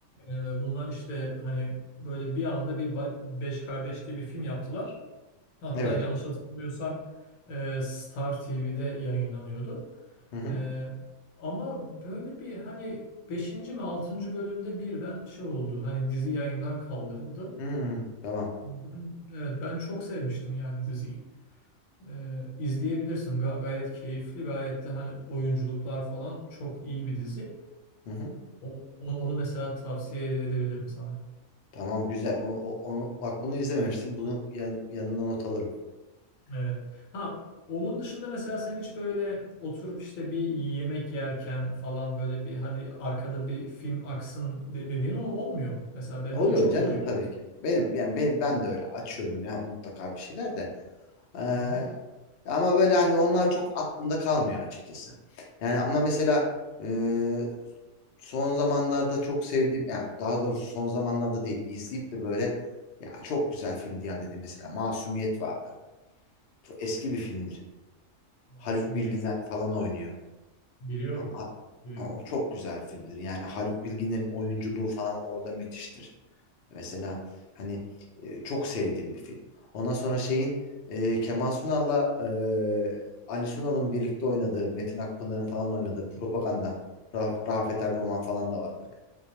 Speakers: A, on the left; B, on the left.
A: Ee, bunlar işte hani böyle bir anda bir ba- Beş Kardeş diye bir film yaptılar. Hatta
B: Evet.
A: yanlış hatırlamıyorsam e, Star TV'de yayınlanıyordu.
B: Hı hı.
A: E, ama böyle bir hani beşinci mi altıncı bölümde birden şey oldu. Hani dizi yayından kaldırıldı.
B: Hı. Tamam.
A: Ben, evet ben çok sevmiştim yani diziyi. E, izleyebilirsin. Ga- gayet keyifli, gayet de hani oyunculuklar falan çok iyi bir dizi.
B: Hı hı.
A: Onu, onu onu mesela tavsiye edebilirim sana.
B: Tamam güzel. O, o- onu bak bunu izlememiştim. Bunu yan, yanına not alırım.
A: Evet. Ha onun dışında mesela sen hiç böyle oturup işte bir yemek yerken falan böyle bir hadi arkada bir film aksın de- dediğin ol- olmuyor mu? Mesela benim
B: Oluyor
A: o çok
B: canım
A: oluyor.
B: tabii ki. Benim yani benim ben de öyle açıyorum yani mutlaka bir şeyler de. Ee,
A: Hı hı.
B: ama böyle hani onlar çok aklımda kalmıyor açıkçası. Yani ama mesela e, son zamanlarda çok sevdiğim yani daha doğrusu son zamanlarda değil izleyip de böyle ya çok güzel film diye dedi mesela Masumiyet vardı. Çok eski bir filmdir.
A: Masumiyet.
B: Haluk Bilginer falan oynuyor.
A: Biliyorum.
B: Ha- ha-
A: Biliyorum.
B: o çok güzel filmdir. Yani Haluk Bilginer'in oyunculuğu falan orada müthiştir. Mesela hani e, çok sevdiğim bir film. Ondan sonra şeyin e, Kemal Sunal'la e, Ali Sunal'ın birlikte oynadığı, Metin Akpınar'ın falan oynadığı Propaganda, Ra- Rafet
A: Evet,
B: Erdoğan falan da var böyle.